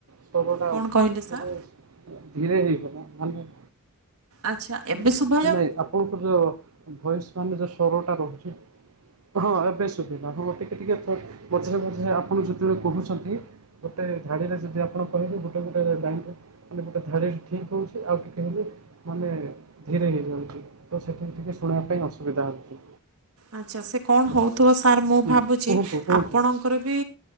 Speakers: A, on the right; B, on the right.
A: ସ୍ୱର ଟା
B: କ'ଣ
A: ଆଉ ଟିକେ
B: କହିଲେ
A: ଥରେ
B: ସାର୍
A: ଧୀରେ ହେଇଗଲା ମାନେ।
B: ଆଚ୍ଛା। ଏବେ ସୁବ
A: ନାଇଁ ଆପଣଙ୍କର ଯୋଉ ଭଏସ ମାନେ ଯୋଉ ସ୍ୱର ଟା ରହୁଛି। ହଁ ଏବେ ସୁବିଲା ହଁ ଟିକେ ଟିକେ ଥ ମଝିରେ ମଝିରେ ଆପଣ ଯେତେବେଳେ କହୁଛନ୍ତି। ଗୋଟେ ଝାଡିରେ ଯଦି ଆପଣ କହିବେ ଗୋଟେ ଗୋଟେ ବା ମାନେ ଗୋଟେ ଧାଡି ଠିକ ହଉଛି ଆଉ ଟିକେ ଗଲେ ମାନେ। ଧୀରେ ହେଇଯାଉଛି ତ ସେଠି ଟିକିଏ ଶୁଣିବା ପାଇଁ ଅସୁବିଧା ହେଉଛି।
B: ଆଚ୍ଛା ସେ କଣ ହେଉଥିବ ସାର୍ ମୁଁ
A: ହୁଁ
B: ଭାବୁଛି
A: କୁହନ୍ତୁ କୁହନ୍ତୁ
B: ଆପଣ। କର ବି